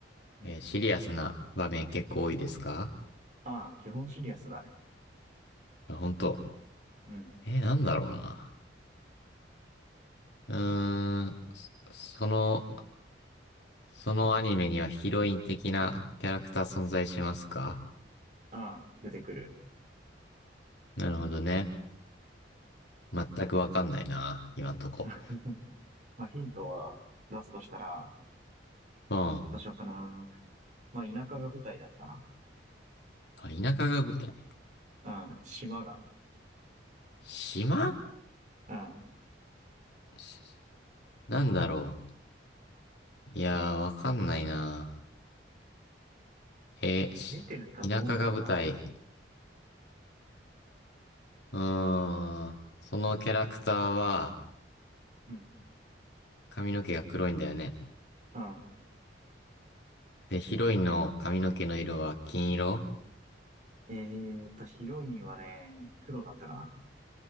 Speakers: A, on the right (about 40°); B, on the left (about 65°).
A: うん。
B: えーシリアスな場面結構多いですか
A: ああ、基本シリアスだね。
B: あ本当。
A: うん。
B: えーなんだろうな。うーん、そその、そのアニメにはヒロイン的なキャラクター存在しますか
A: ああ、出てくる。
B: なるほどね。全くわかんないな、今んとこ。
A: <laughs> まあヒントは出すとしたら、
B: うん。あ、
A: どうしようかな。まあ、田舎が舞台だったな。
B: 田舎が舞台。
A: うん、島が。
B: 島
A: うん。
B: しなんだろう。いやー、わかんないな。えーし田舎が舞台。
A: 見てるだと思うんだけどな。
B: うーん。そのキャラクターは
A: うん。
B: 髪の毛が黒いんだよね。
A: うん。
B: で、ヒロインの髪の毛の色は金色
A: えーっと、ヒロインはね、黒だったか